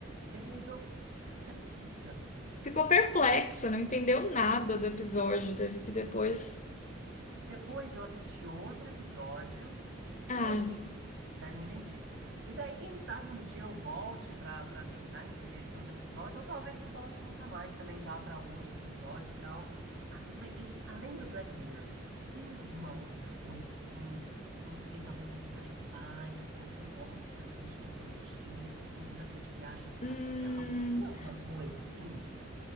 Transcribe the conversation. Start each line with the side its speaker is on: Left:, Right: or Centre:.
Right: Depois eu. Você acredita?
Left: Ficou perplexa, não entendeu nada do episódio, teve que depois.
Right: Depois eu assisti outro episódio,
Left: Ah,
Right: daí eu entendi. Daí eu entendi. E daí, quem sabe um dia eu volte para para tentar entender esse outro episódio, ou talvez não volte nunca mais, também vá para outro episódio e tal. Ah, ma- e além do Black Mirror, tem alguma outra coisa assim? Não sei, talvez um sci-fi. Você sabe que eu gosto dessas coisas de tecnologia, assim, talvez de viagem espacial.
Left: hum...
Right: Tem alguma coisa assim?